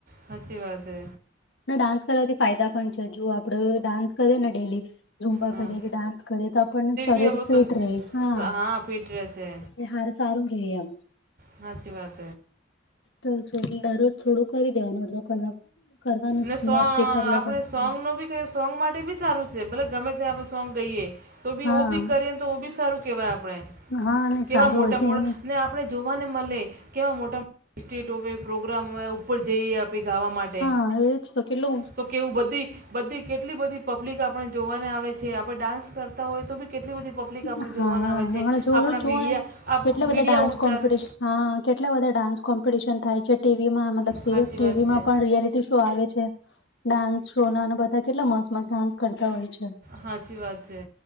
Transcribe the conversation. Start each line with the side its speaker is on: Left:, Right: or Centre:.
Right: સાચી વાતે
Left: ડાન્સ કરવાથી ફાયદા પણ છે, જો આપડે ડાન્સ કરીએ ને ડેલી ઝુંમ્બા
Right: હા
Left: કરીએ કે ડાન્સ કરીએ તો આપ શરીર
Right: બી આપણું
Left: ફિટ રહે હા
Right: તં ફિટ રહે છે
Left: એ હાર સારું ર એમ
Right: સાચી વાત
Left: તો દરરોજ થોડું કરી દેવાનું અડધો કલાક કરવાનું
Right: ને
Left: જ
Right: સો આપણે
Left: સ્પીકર લગાવી
Right: સોંગ નો બી તે સોંગ માટે બી સારું છે ભલે ગમે ત્યા આપ સોંગ ગઈએ તો બી
Left: હા
Right: બી કરી તો બી સારું કેહેવાય આપણે
Left: હા અને
Right: કેવા
Left: સારું
Right: મોટા
Left: હોય સિંગિંગ
Right: મોટ ને આપણે આપણે જોવાને મલે કેવા મોટા મો સ્ટેટ હોય પ્રોગ્રામ હોય ઉપર જઈએ. પીગાવા માટે
Left: હા એજ તો કેટલુ
Right: તો કેવું બધી બધી કેટલી બધી પબ્લિક આપણે જોવાને આવે છે, આપણે ડાન્સ કરતા હોય તો બી કેટલી બધી પબ પબ્લિક આપણે
Left: હા
Right: જોવાના
Left: હમણાં
Right: આવે છે,
Left: જોયું
Right: આપણા
Left: જુઓ
Right: મીડિયા
Left: ને કેટલા બધા
Right: મીડિયા
Left: ડાન્સ
Right: ઉતારે
Left: કોમ્પિટિશન હા કેટલા બા ડાન્સ કો થાય છે ટીવીમાં ટીવીમાં
Right: સાચી વાત છે
Left: પણ રિયાલિટી શો આવે છે. ડાન્સ શો ના અને બધા કેટલા મસ્ત મસ્ત ડાન્સ કરતા હોય છે.
Right: હાચી વાત છે.